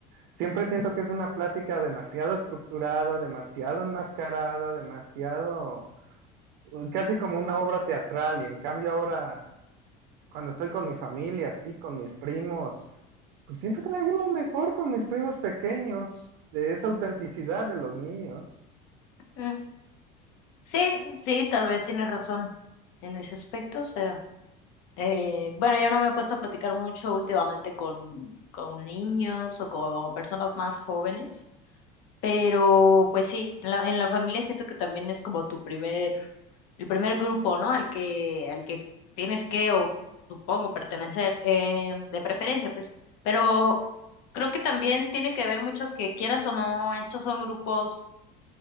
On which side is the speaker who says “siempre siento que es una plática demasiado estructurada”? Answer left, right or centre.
Right